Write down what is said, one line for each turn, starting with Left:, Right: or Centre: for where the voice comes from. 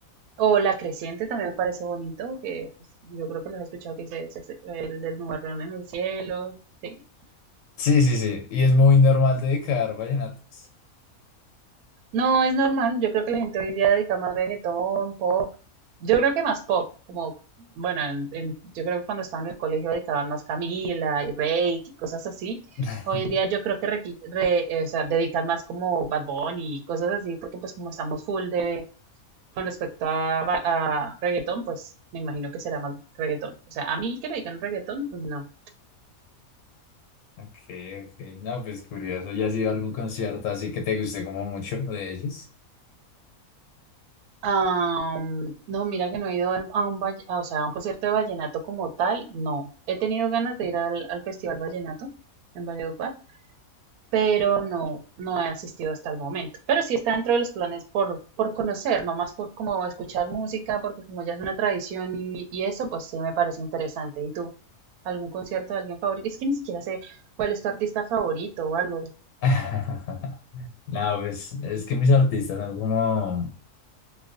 Right: O La Creciente también me parece bonito, que pues, yo creo que lo has escuchado, que dice "Ese es el del nubarrón en el cielo. Sí.
Left: Sí, sí, sí. Y es muy normal dedicar vallenatos.
Right: No, es normal. Yo creo que la gente hoy en día dedica más reggaetón, pop. Yo creo que más pop, como, bueno, en- en- yo creo que cuando estaba en el colegio dedicaban más Camila y Reik y cosas así.
Left: <laughs>
Right: Hoy en día yo creo que requi- re- eh, o sea, dedican más como Bad Bunny y cosas así, porque pues como estamos full de, con respecto a, ba- a reggaetón, pues me imagino que será más reggaetón. O sea, a mí que me dedican reggaetón, no.
Left: Ok, ok. No, pues curioso. ¿Ya has ido a algún concierto así que te guste como mucho de ellos?
Right: Am, no, mira que no he ido al- a un, valle- a, o sea, a un concierto de vallenato como tal, no. He tenido ganas de ir al, al Festival Vallenato en Valledupar, pero no, no he asistido hasta el momento. Pero sí está dentro de los planes por, por conocer, no más por como escuchar música, porque como ya es una tradición y, y eso, pues sí me parece interesante. ¿Y tú? ¿Algún concierto de alguien favorito? Es que ni siquiera sé cuál es tu artista favorito o algo.
Left: <laughs> No, pues es que mis artistas son como...